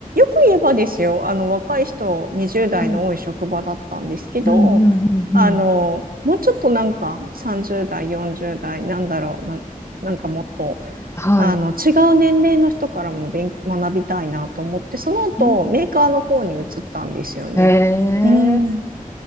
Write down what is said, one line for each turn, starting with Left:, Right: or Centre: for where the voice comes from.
Right: く言えばですよ、あの、若い人、20代の多い職場だったんですけど、
Left: うんうんうんうんうん。
Right: あの、もうちょっとなんか30代、40代、なんだろう、なん、なんかもっと、
Left: はい。
Right: あの、違う年齢の人からも勉、学びたいなと思って、その後、
Left: うん。
Right: メーカーの方に移ったんですよね。
Left: へえ。
Right: うん。